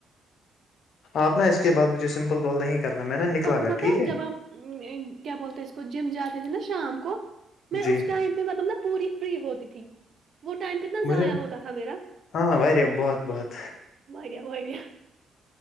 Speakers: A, on the left; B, on the right.
A: آپ نا اس کے بعد مجھے سمپل کال نہیں کرنا میں نا نکلا
B: آپ
A: گھر
B: کو پتہ
A: ٹھیک ہے
B: جب آپ کیا بولتے ہیں اس کو جم جاتے ہے نا شام کو میں
A: جی
B: اس ٹائم پہ مطلب نا پوری فری ہوتی تھی وہ ٹائم کتنا ضائع
A: مجھے
B: ہوتا تھا میرا
A: ہاں بہت بہت
B: <unintelligible>